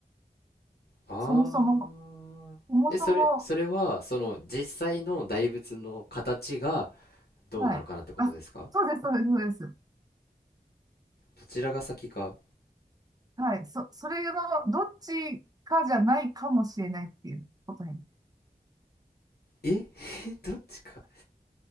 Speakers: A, on the left; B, on the right.
A: ああ、
B: そもそも、そもそも、
A: え、それ、それは、その実際の大仏の形がどうなのかなってことですか
B: はい。あ、そうです、そうです、そうです。
A: どちらが先か。
B: はい。そ、それのどっちかじゃないかもしれないっていう答え。
A: え、<laughs> どっちか。